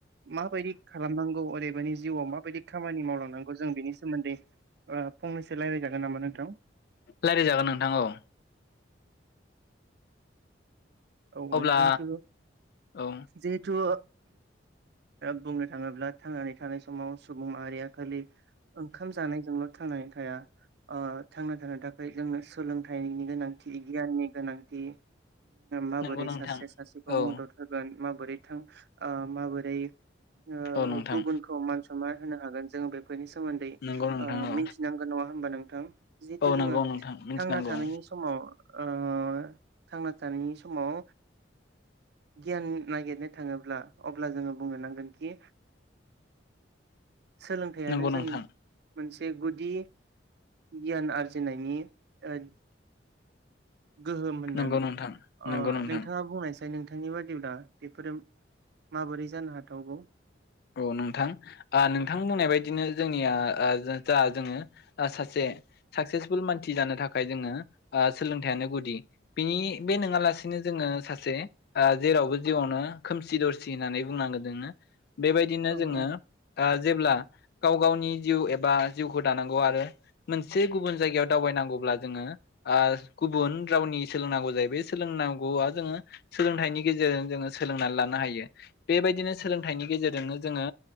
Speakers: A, on the right (about 60°); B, on the left (about 55°).
A: माबायदि खालामनांगौ ओरैबानि जिउआव माबायदि खामानि मावलांनांगौ जों बेनि सोमोन्दै ओ फंनैसो रायज्लायजागोन नामा नोंथां?
B: रायज्लायजागोन नोंथां औ
A: औ
B: अब्ला
A: औ जिहेथु
B: औ
A: जिहेथु ओ बुंनो थाङोब्ला थांनानै थानाय समाव सुबुं माहारिया खालि ओंखाम जानायजोंल' थांनानै थाया ओ थांना थानो थाखाय जोंनो सोलोंथाइनि गोनांथि गियाननि गोनांथि माबोरै
B: नंगौ नोंथां
A: सासे सासेखौ
B: औ
A: मदद होगोन माबोरै थां ओ माबोरै ओ
B: औ नोंथां
A: गुबुनखौ मान सनमान होनो हागोन जोङो बे बेनि सोमोनदै
B: नंगौ नोंथां
A: ओ
B: औ
A: मिथिनांगोन नङा होमबा नोंथां? जिहेथु
B: औ
A: जोङो
B: नंगौ नोंथां मिथिनांगौ
A: थांना थानायनि समाव ओ थांना थानायनि समाव गियान नागिरनो थाङोब्ला अब्ला जोङो बुंनो नांगोन खि सोलोंथाइयानो
B: नंगौ
A: जोंनि
B: नोंथां
A: मोनसे गुदि गियान आरजिनायनि ओ गोहोम होननानै
B: नंगौ नोंथां
A: ओ
B: नंगौ नोंथां
A: नोंथाङा बुंनायसाय नाथाय नोंथांनि बादिब्ला बेफोरो माबोरै जानो हाथावगौ?
B: औ नोंथां ओ नोंथां बुंनाय बायदिनो जोंनिया ओ जा जोङो सासे साकसेसफुल मानसि जानो थाखाय जोङो ओ सोलोंथाइयानो गुदि बिनि बे नङालासि नो जोङो सासे ओ जेरावबो जिउआवनो खोमसि दरसि होननानै बुंनांगोन जोङो बेबायदिनो
A: औ
B: जोङो
A: औ
B: ओ जेब्ला गाव गावनि जिउ एबा जिउखौ दानांगौ आरो मोनसे गुबुन जायगायाव दावबायनांगौब्ला जोङो ओ गुबुन रावनि सोलोंनांगौ जायो बे सोलों नांगौ आ जोङो सोलोंथाइनि गेजेरजों जोङो सोलोंनानै लानो हायो बेबायदिनो सोलोंथाइनि गेजेरजों जोंनो‌ जोङो